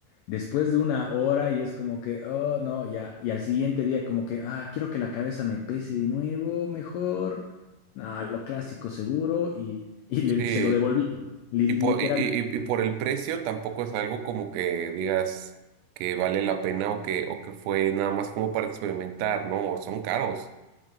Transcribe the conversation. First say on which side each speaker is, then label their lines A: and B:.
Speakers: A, on the left; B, on the right.
A: después de una hora y es como que, oh, no, ya, y al siguiente día como que, ah, quiero que la cabeza me pese de nuevo, mejor, no, lo clásico seguro y, y le-
B: Sí.
A: se lo devolví, li-
B: Y por,
A: literalmente
B: y, y- y- y por el precio tampoco es algo como que digas que vale la pena o que, o que fue nada más como para experimentar, ¿no? Son caros.